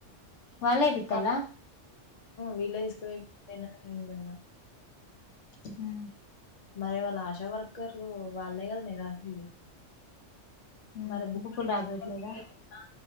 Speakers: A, on the left; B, on the left.
A: వాళ్ళే ఏపిత్తాల్లా
B: ఆ వీళ్ళే తీసుకపోయ్ నిన్న నేను పోయిన
A: ఉమ్
B: మరి వాళ్ళ ఆశా వర్కర్లు వాళ్లే కదా నే రాసేది
A: ఉమ్
B: మరి బుక్లో
A: బుక్కులు
B: చూసుకుని
A: రాపియట్లేదా
B: ఆ